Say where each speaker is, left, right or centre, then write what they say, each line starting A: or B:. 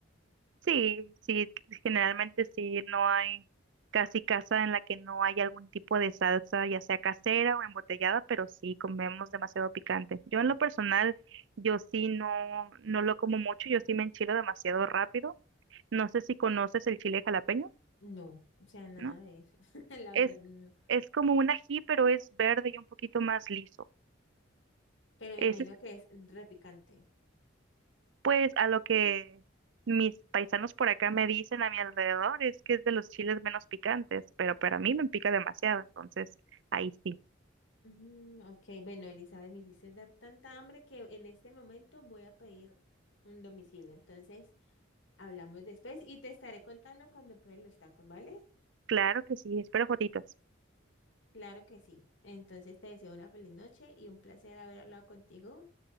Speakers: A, on the right; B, on the left.
A: Sí, sí, generalmente sí, no hay casi casa en la que no haya algún tipo de salsa, ya sea casera o embotellada, pero sí comemos demasiado picante. Yo en lo personal, yo sí no, no lo como mucho, yo sí me enchilo demasiado rápido. No sé si conoces el chile jalapeño,
B: No, o sea, nada
A: ¿no?
B: de eso. <laughs> La verdad,
A: Es,
B: no.
A: es como un ají, pero es verde y un poquito más liso.
B: Pero me
A: Ese
B: imagino que es repicante.
A: Pues a lo que mis paisanos por acá me dicen a mi alrededor es que es de los chiles menos picantes, pero para mí me pica demasiado, entonces ahí sí.
B: Mm, ok, bueno, Elizabeth, me hiciste dar tanta hambre que en este momento voy a pedir un domicilio. Entonces, hablamos después y te estaré contando cuando pruebe los tacos, ¿vale?
A: Claro que sí, espero fotitos.
B: Claro que sí. Entonces, te deseo una feliz noche y un placer haber hablado contigo.